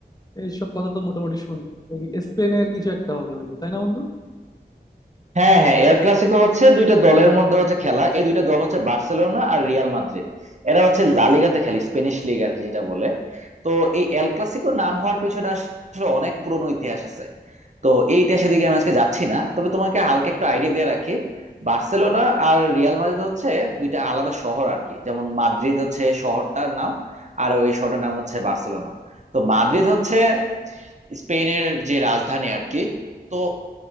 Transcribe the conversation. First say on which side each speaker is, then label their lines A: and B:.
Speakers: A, on the left; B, on the right.
A: এইসব কথা তো মোটামুটি শুনি ওই স্পেনের কিছু একটা হবে হয়তো তাই না বন্ধু
B: হ্যাঁ হ্যাঁ এল ক্লাসিকো হচ্ছে দুইটা দলের মধ্যে হচ্ছে খেলা এই দুইটা দল হচ্ছে বার্সেলোনা আর রিয়াল মাদ্রিদ এরা হচ্ছে লা লিগাতে খেলে স্পেনিশ লিগ আর কি যেটা বলে তো এই এল ক্লাসিকো নাম হওয়ার পিছনে আসলে অনেক পুরনো ইতিহাস আছে তো এই ইতিহাসের দিকে আমি আজকে যাচ্ছি না তবে তোমাকে হালকা একটু আইডিয়া দিয়ে রাখি বার্সেলোনা আর রিয়াল মাদ্রিদ হচ্ছে দুইটা আলাদা শহর আর কি যেমন মাদ্রিদ হচ্ছে শহরটার নাম আর ওই শহরটার নাম হচ্ছে বার্সেলোনা তো মাদ্রিদ হচ্ছে স্পেনের যে রাজধানী আর কি তো